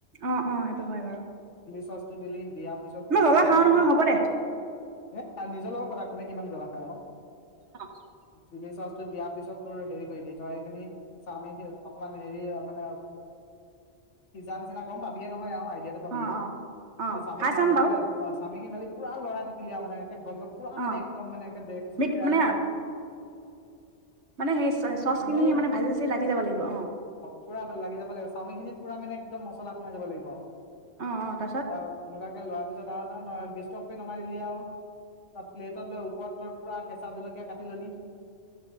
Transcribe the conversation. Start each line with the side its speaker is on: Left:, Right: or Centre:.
Right: অ অ সেইটো হয় বাৰু
Left: চচটো দিলি দিয়া তাৰ পিছত তোৰ
Right: মই জ্বলা
Left: স্বামখিনি
Right: খাওঁ নহয় হ'ব দে
Left: ধেৎত নিজৰ লগত কথা কোনে কিমান জ্বলা খায় আও
Right: <inaudible>
Left: ৰ চ'চটো দিয়াৰ পিছত তোৰ হেৰি কৰিবি। তই সেইখিনি চাওমিনখিনি অকমান হেৰি মানে, সিজা নিচিনা গম পাবিয়ে নহয় আৰু য়েতো পালিয়ে
Right: অ অ অ অ'
Left: । আৰু চাওমিনখিনি
Right: খাই চাম
Left: ঢালি
Right: বাৰু
Left: পেলাই <unintelligible> মিনখিনি ঢালি পুৰা লৰাই থাকিলি আৰু মানে ঘৰত গৈ পুৰা
Right: অ
Left: মানে একদম মানে এক্কে দেকচি
Right: মিক
Left: কেৰাহি
Right: মানে মানে সেই চয়া চচখিনি
Left: মোৰ
Right: মানে ভাজি-ভাজি লাগি যাব লাগিব অ'।
Left: পুৰা তাত লাগি যাব লাগিব । চাওমিনখিনিত পুৰা মানে একদম মছলা সোমাই যাব লাগিব আৰু।
Right: অ অ তাৰপিছত
Left: অ' তেনেকুৱাকে লৰা পিছত আৰু এটা ন- গেষ্টটো অফ কৰি নমাই দিলি আৰু। তাত প্লেটত লৈ ওপৰত তই পুৰা কেঁচা জলকীয়া কাটি ললি।